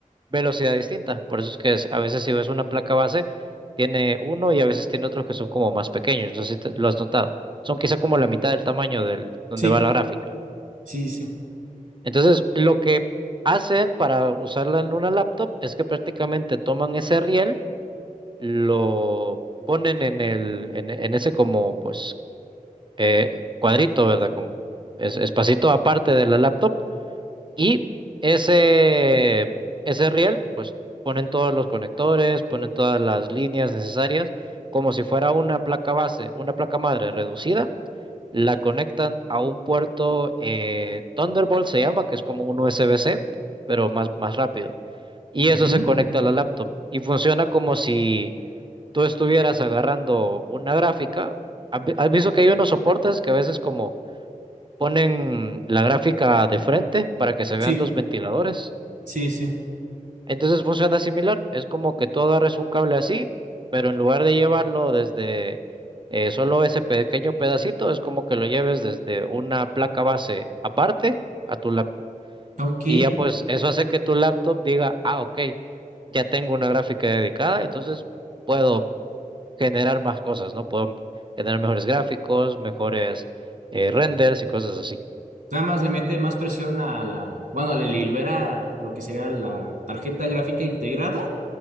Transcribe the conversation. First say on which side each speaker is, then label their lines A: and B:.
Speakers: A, on the right; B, on the right.
A: velocidad distinta. Por eso es que es- a veces si ves una placa base, tiene uno y a veces tiene otros que son como más pequeños. No sé si te- lo has notado. Son quizá como la mitad del tamaño del donde
B: Sí,
A: va la gráfica.
B: sí, sí.
A: Entonces, lo que hacen para usarla en una laptop es que prácticamente toman ese riel, lo ponen en el, en, en ese como, pues, eh, cuadrito, ¿verdad? Como es- espacito aparte de la laptop y ese, ese riel, pues, ponen todos los conectores, ponen todas las líneas necesarias, como si fuera una placa base, una placa madre reducida la conectan a un puerto eh, Thunderbolt se llama, que es como un USB-C, pero más, más rápido. Y
B: Ujú.
A: eso se conecta a la laptop y funciona como si tú estuvieras agarrando una gráfica. ¿Has vi- has visto que hay unos soportes que a veces como ponen la gráfica de frente para que se vean
B: Sí,
A: los ventiladores?
B: sí, sí.
A: Entonces funciona similar, es como que tú agarres un cable así, pero en lugar de llevarlo desde eh, solo ese pequeño pedacito, es como que lo lleves desde una placa base aparte a tu laptop.
B: Ok.
A: Y ya pues eso hace que tu laptop diga, ah, ok, ya tengo una gráfica dedicada, entonces puedo generar más cosas, ¿no? Puedo generar mejores gráficos, mejores eh, renders y cosas así.
B: Nada más le mete más presión a la, bueno, le libera lo que sería la tarjeta gráfica integrada